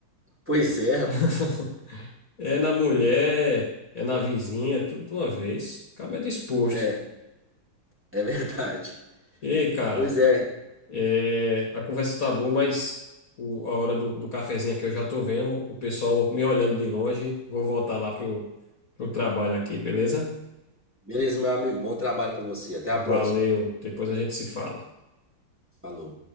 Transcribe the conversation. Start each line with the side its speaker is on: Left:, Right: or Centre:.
Centre: Pois é, rapaz.
Left: <laughs> É na mulher, é na vizinha, tudo de uma vez. Acaba disposto.
Centre: É, é verdade.
Left: Ei, cara,
Centre: Pois é.
Left: É, a conversa tá boa, mas o- a hora do, do cafezinho aqui eu já tô vendo o pessoal me olhando de longe. Vou voltar lá pro, pro trabalho aqui, beleza?
Centre: Beleza, meu amigo. Bom trabalho pra você. Até
Left: Valeu,
Centre: a próxima.
Left: depois a gente se fala.
Centre: Falou.